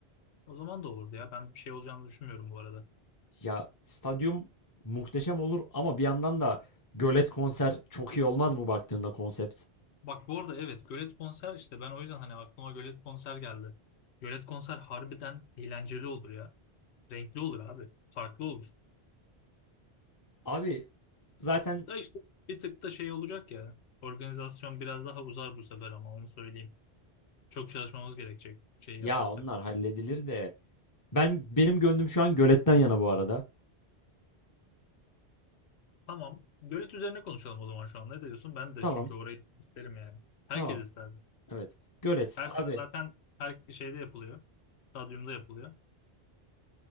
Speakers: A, on the left; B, on the left.
A: o zaman da olurdu ya. Ben bir şey olacağını düşünmüyorum bu arada.
B: Ya stadyum muhteşem olur ama bir yandan da gölet konser çok iyi olmaz mı baktığında konsept?
A: Bak bu arada evet Gölet konser işte ben o yüzden hani aklıma Gölet konser geldi. Gölet konser harbiden eğlenceli olur ya. Renkli olur abi. Farklı olur.
B: Abi zaten
A: Da işte bir tık da şey olacak ya. Organizasyon biraz daha uzar bu sefer ama onu söyleyeyim. Çok çalışmamız gerekecek şey
B: ya
A: yaparsak.
B: onlar halledilir de ben benim gönlüm şu an göletten yana bu arada.
A: Tamam. Gölet üzerine konuşalım o zaman şu an. Ne diyorsun? Ben de
B: Tamam,
A: çünkü orayı isterim yani. Herkes
B: tamam.
A: ister.
B: Evet. Gölet
A: Her
B: abi.
A: sene zaten her şeyde yapılıyor. Stadyumda yapılıyor.